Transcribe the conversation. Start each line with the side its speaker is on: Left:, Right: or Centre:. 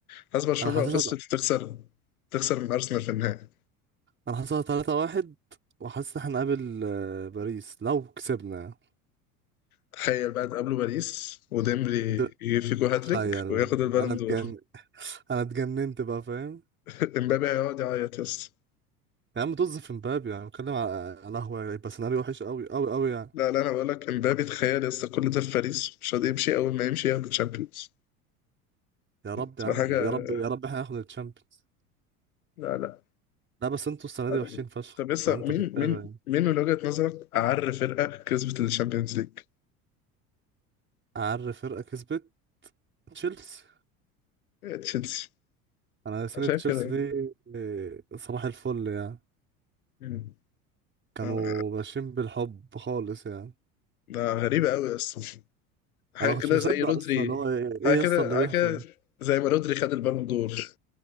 Left: حاسس برشلونة
Right: انا حاسسها
Left: لو خسرت تخسر تخسر من أرسنال في النهائي
Right: انا حاسسها 3 1 وحاسس ان احنا هنقابل آه، باريس لو كسبنا
Left: تخيل بقى تقابله باريس وديمبلي
Right: ده-
Left: يجيب فيكو هاتريك
Right: تخيل
Left: وياخد
Right: بقى.
Left: البالون
Right: انا اتجن
Left: دور
Right: انا اتجننت بقى فاهم
Left: <laughs> امبابي هيقعد يعيط يا اسطى
Right: يا عم طز في مبابي يعني بتكلم على على قهوة يبقى سيناريو وحش قوي قوي قوي يعني
Left: لا لا انا بقول لك امبابي تخيل يا اسطى كل ده في باريس مش راضي يمشي اول ما يمشي ياخد الشامبيونز
Right: يا رب
Left: تبقى
Right: يا عم
Left: حاجه
Right: يا رب يا رب احنا ناخد الشامبيونز
Left: لا لا
Right: لا بس انتوا السنة دي
Left: عادي.
Right: وحشين فشخ
Left: طب لسه
Right: لو انت
Left: مين
Right: بتتابع
Left: مين
Right: يعني
Left: مين من وجهة نظرك أعر فرقة كسبت الشامبيونز ليج؟
Right: اعر فرقة كسبت تشيلسي
Left: هي تشيلسي
Right: انا سنة
Left: أنا شايف
Right: تشيلسي
Left: كده يعني.
Right: دي آه، صباح الفل يعني
Left: مم.
Right: كانوا
Left: آه،
Right: ماشيين بالحب خالص يعني
Left: ده غريبة أوي أصلا حاجة
Right: انا ما كنتش
Left: كده
Right: مصدق
Left: زي رودري
Right: اصلا اللي هو ايه
Left: حاجة
Right: إيه يا
Left: كده
Right: اسطى اللي
Left: حاجة
Right: بيحصل
Left: كده زي ما رودري خد البالون دور